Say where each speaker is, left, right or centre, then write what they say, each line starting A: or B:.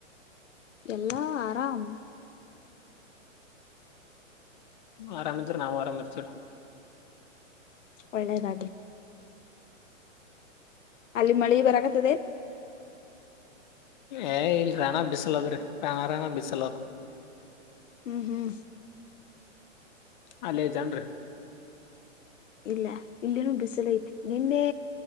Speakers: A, on the left (about 70°); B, on the left (about 35°).
A: ಎಲ್ಲಾ ಆರಾಮ್
B: ಆರಾಮ ಇದ್ದರ ನಾವು ಆರಾಮ ಇರ್ತೆವರಿ
A: ಒಳ್ಳೆಯದಾಗಲಿ ಅಲ್ಲಿ ಮಳಿ ಬರಕತದ ಏನ
B: ಏ ಇಲ್ ರಣ ಬಿಸಲದ್ರೀ ರ ರಣ ರಣ ಬಿಸಲದ
A: ಹ್ಮ್ ಹ್ಮ್
B: ಅಲ್ಲೇ ಐತಿ ಏನ್ರಿ
A: ಇಲ್ಲ ಇಲ್ಲಿನ ಬಿಸಿಲ ಐತಿ ನಿನ್ನೆ